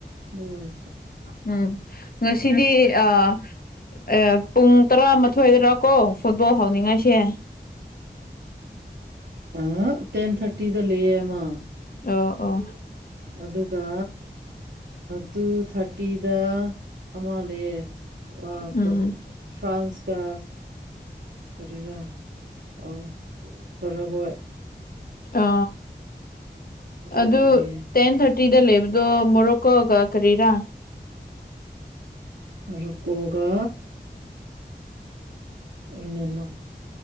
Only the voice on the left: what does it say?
ꯎꯝ ꯉꯁꯤꯗꯤ ꯑ ꯑꯦ ꯄꯨꯡ ꯇꯔꯥꯃꯥꯊꯣꯏꯗꯔ ꯀꯣ ꯐꯨꯠꯕꯣꯜ ꯍꯧꯅꯤꯡꯉꯥꯏꯁꯦ
ꯑꯣ ꯑꯣ
ꯎꯝ
ꯑ ꯑꯗꯨ
ꯇꯦꯟ ꯊꯥꯔꯇꯤꯗ ꯂꯩꯕꯗꯣ ꯃꯣꯔꯣꯀꯣꯒ ꯀꯔꯤꯔꯥ